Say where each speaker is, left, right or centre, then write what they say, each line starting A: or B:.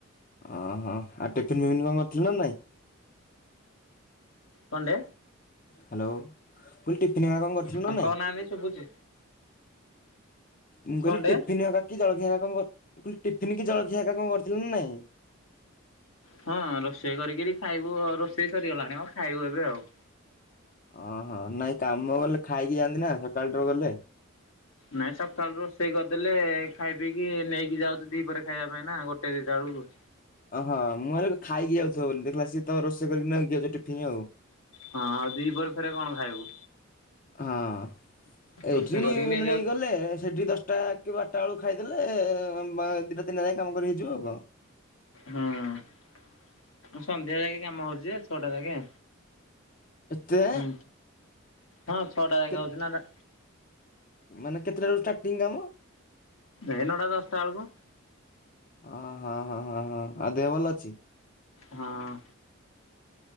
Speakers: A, on the left; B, on the left.
A: ଓହୋ ଆଉ ଟିଫିନ ଫିଫିନ କଣ କରିଥିଲ ନା ନାଇଁ
B: କଣ୍ଡେ
A: ହ୍ୟାଲୋ କହିଲି ଟିଫିନି ଆଃ କଣ କରିଥିଲୁ
B: ହଁ
A: ନା ନାଇ
B: କହୁନାହାନ୍ତି ଶୁଭୁଛି।
A: ମୁଁ କହିଲି
B: କଣଟେ
A: ଟିଫିନ୍ ଏକା କି ଜଳଖିଆ କା କଣ କହିଲି ଟିଫିନ୍ କି ଜଳଖିଆ ଏକା କଣ କରିଥିଲେ ନା ନାଇଁ
B: ହଁ ରୋଷେଇ କରିକିରି ଖାଇବୁ ରୋଷେଇ ସରିଗଲାଣି ମ ଖାଇବୁ ଏବେ ଆଉ
A: ଓହୋ ନାଇଁ କାମ ଗଲେ ଖାଇକି ଯାଆନ୍ତି ନା ସକାଳଟାରୁ ଗଲେ
B: ନାଇଁ ସକାଳୁ ରୋଷେଇ କରିଦେଲେ ଖାଇ ପିଇ କିି ନେଇକି ଯାଉଛୁ ଦି ପରେ ଖାଇବା ପାଇଁ ନା ଗୋଟେ ଦିଟା ବେଳକୁ
A: ଓହଁ ମୁଁ କହିଲି ଖାଇକି ଯାଉଥିବ ବୋଲି ଦେଖିଲା ସିଏ ତ ରୋଷେଇ କରିକି ନେଇକି ଯାଉଛି ଟିଫିନି ଆଉ
B: ହଁ ଆଉ ଦି ପରେ ଫେରେ କଣ ଖାଇବୁ
A: ହଁ ଏଇଠି
B: ରୋଷେଇ କରିକି ନେଇଯାଉ
A: ନେଇଗଲେ ସେଠି ଦଶଟା କିବାରଟା ବେଳୁ ଖାଇଦେଲେ ବା ଦିଟା ତିନି ଟା ଯାଇ କାମ କରି ହେଇଯିବ ଆଉ କଣ
B: ହୁଁ ସନ୍ଧ୍ୟା ଯାଇକେ କାମ ହଉଛି ଯେ ଛଅଟା ଯାକେ
A: ଏତେ
B: ହୁଁ ହଁ ଛଅଟା ଜାଗେ
A: କେ
B: ହଉଛି ନା ରା
A: ମାନେ କେତେଟା ରୁ ଷ୍ଟାଟିଂ କାମ?
B: ଏଇ ନଟା ଦଷ୍ଟା ବେଳକୁ
A: ଓ ହଁ ହଁ ହଁ ହଁ ଆଉ ଦେହ ଭଲ ଅଛି
B: ହଁ